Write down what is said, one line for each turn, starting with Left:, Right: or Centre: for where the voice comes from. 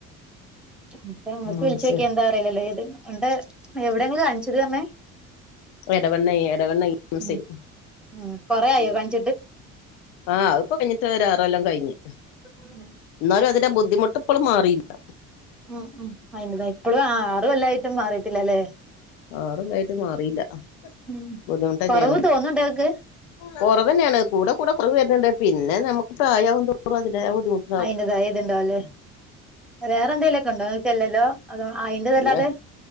Centre: ഇപ്പ ഞമ്മക്ക്
Left: ആഹ്
Centre: വിളിച്ച് നോക്കിയാ
Left: ശരി
Centre: എന്താ അറിയില്ലല്ലേ ഇത് എന്താ എവിടെയാ നിങ്ങള് കാണിച്ചത് എന്ന് പറഞ്ഞേ?
Left: എടവണ്ണെ എടവണ്ണെ <unintelligible>
Centre: ഉം ഉം. കൊറേ ആയോ കണ്ട
Left: ആ ഇപ്പം കഴിഞ്ഞട്ട് ഒരാറു കൊല്ലം കഴിഞ്.
Centre: ഉം
Left: എന്നാലും അതിന്റെ ബുദ്ധിമുട്ട് ഇപ്പോളും മാറിയില്ല.
Centre: ഉം ഉം അയിന്റെ ഇപ്പഴും ആറും കൊല്ലായിട്ടും മാറിട്ടില്ലല്ലേ?
Left: ആറു കൊല്ലായിട്ട് മാറിയില്ല.
Centre: ഉം
Left: ബുദ്ധിമുട്ട് തന്നെയാണ്.
Centre: കൊറവ് തോന്നുന്നുണ്ടോ ഇങ്ങക്ക്
Left: കുറവ് തന്നെയാണ് കൂടെ കൂടെ കുറവ് വരുന്നുണ്ട് പിന്നെ നമുക്ക് പ്രായമാകുതോറും അതിന്റെതായ ബുദ്ധിമുട്ട്
Centre: അയിന്റതായ ഇതുണ്ടാവല്ലേ വേറെ എന്തേങ്കലുമൊക്കെ ഉണ്ടോ ഇങ്ങക്ക് എല്ലല്ലോ അതോ അയിന്റതല്ലാതെ
Left: അല്ല